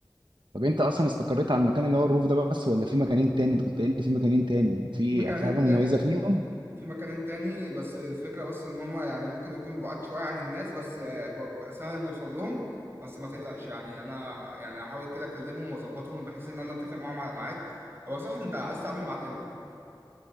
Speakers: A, on the right; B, on the right.
A: طب انت اصلا استقريت على المكان اللي هو الروف ده بس ولا في مكانين تاني انت كنت قايل لي في مكانين تاني في
B: في مكانين
A: في حاجة
B: تاني
A: مميزة فيهم
B: في مكان تاني بس الفكرة بس إن هما يعني ممكن يكون بعاد شوية عن الناس بس آه، بقى سهل نوصل لهم بس ما تقلقش يعني أنا يعني هحاول كده أكلمهم وأظبطهم بحيث إن أنا أتفق معاهم على ميعاد هو صح أنت عايز تعمل ميعاد إمتى؟